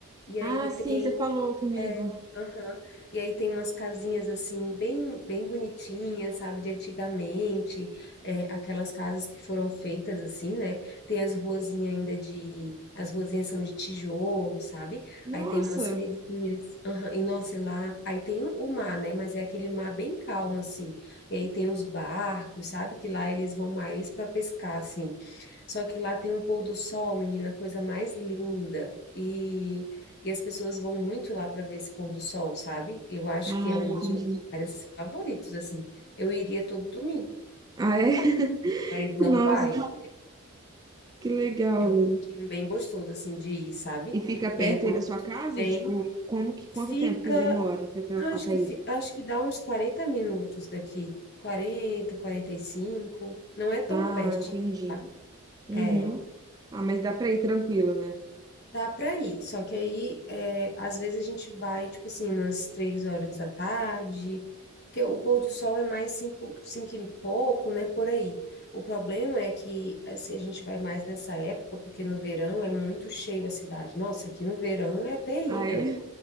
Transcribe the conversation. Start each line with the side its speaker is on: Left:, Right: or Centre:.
Left: E
Right: Ah,
Left: aí
Right: sim, você falou comigo.
Left: é, aham. E aí tem umas casinhas assim, bem, bem bonitinhas, sabe, de antigamente, é, aquelas casas que foram feitas assim, né? Tem as ruazinhas ainda de. As ruazinhas são de tijolo, sabe?
Right: Nossa.
Left: Aí tem umas feirinhas, aham. E nossa, e lá. Aí tem o o mar, né? Mas é aquele mar bem calmo, assim. E aí tem os barcos, sabe? Que lá eles vão mais para pescar, assim. Só que lá tem um pôr do sol, menina, coisa mais linda. E. E as pessoas vão muito lá para ver esse pôr do sol, sabe? Eu acho
Right: Ah,
Left: que é um
Right: entendi.
Left: dos meus lugares favoritos, assim. Eu iria todo domingo,
Right: Ah, é? <laughs>
Left: meu marido
Right: Nossa,
Left: não vai.
Right: que legal,
Left: É um
Right: velho.
Left: cantinho bem gostoso, assim, de ir, sabe?
Right: E fica perto
Left: E aí todo
Right: aí da
Left: mundo
Right: sua casa?
Left: vem,
Right: Tipo, como que,
Left: fica,
Right: quanto tempo que demora até, pra-
Left: ah,
Right: até
Left: acho que,
Right: isso?
Left: fi- acho que dá uns 40 minutos daqui. Quarenta, quarenta e cinco. não é tão
Right: Ah,
Left: pertinho,
Right: entendi.
Left: sabe?
Right: Uhum.
Left: É.
Right: Ah, mas dá pra ir tranquilo, né?
Left: Dá para ir, só que aí, é, às vezes a gente vai, tipo assim, umas três horas da tarde, porque o pôr do sol é mais cinco, cinco e pouco, né, por aí. O problema é que, assim, a gente vai mais nessa época, porque no verão é muito cheio a cidade. Nossa, aqui no verão é terrível.
Right: Ah, é?